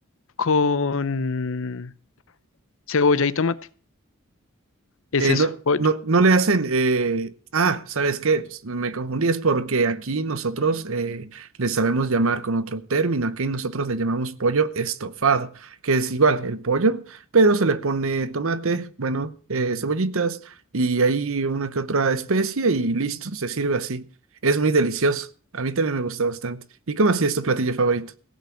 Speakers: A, on the left (about 65°); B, on the right (about 65°).
A: con cebolla y tomate. Es
B: Eh,
A: eso,
B: no,
A: pollo.
B: no, no le hacen. eh, Ah, ¿sabes qué? Pues, me confundí, es porque aquí nosotros eh, le sabemos llamar con otro término. Aquí nosotros le llamamos pollo estofado, que es igual el pollo, pero se le pone tomate, bueno, eh, cebollitas y ahí una que otra especie y listo, se sirve así. Es muy delicioso. A mí también me gusta bastante. ¿Y cómo así es tu platillo favorito?